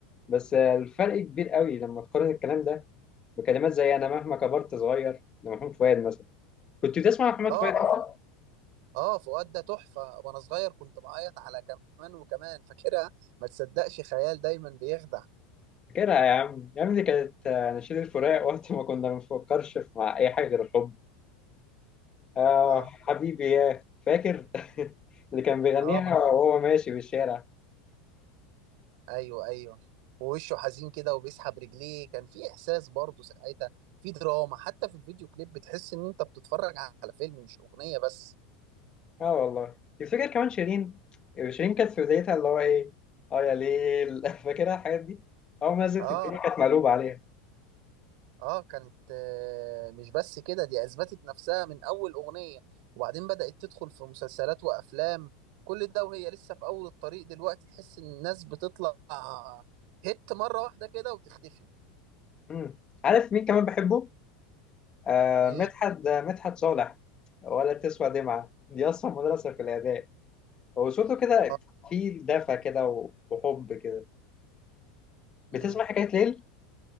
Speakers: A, on the left; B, on the right.
A: بس الفرق كبير قوي لما تقارن الكلام ده بكلمات زي أنا مهما كبرت صغير لمحمود فؤاد مثلا كنت بتسمع محمد
B: اه
A: فؤاد أنت؟
B: اه فؤاد ده تحفه وانا صغير كنت بعيط على كمان وكمان فاكرها ما تصدقش خيال دايما بيخدع
A: فاكرها يا عم يا عم دي كانت آه، نشيد الفراق وقت ما كنا ما بنفكرش في- مع أي حاجة غير الحب آه
B: اه
A: حبيبي يا فاكر <laughs> اللي كان بيغنيها
B: اه
A: وهو ماشي في الشارع
B: ايوه ايوه ووشه حزين كده وبيسحب رجليه كان في احساس برضه ساعتها في دراما حتى في الفيديو كليب بتحس ان انت بتتفرج على فيلم مش اغنية بس
A: اه والله تفتكر كمان شيرين شيرين كانت في بدايتها اللي هو ايه اه يا ليل <laughs> فاكرها الحاجات دي اول ما نزلت
B: اه
A: الدنيا كانت مقلوبة عليها
B: اه كانت آه مش بس كده دي اثبتت نفسها من اول اغنية وبعدين بدأت تدخل في مسلسلات وافلام كل ده وهي لسه في اول الطريق دلوقتي تحس ان الناس بتطلع هيت مرة واحدة كده وتختفي
A: مم. عارف مين كمان بحبه آه
B: مين
A: مدحت آه، مدحت صالح ولا تسوى دمعة دي أصلا مدرسة في الأداء وصوته كده
B: اه
A: فيه دفى كده وحب كده
B: مم.
A: بتسمع حكاية ليل؟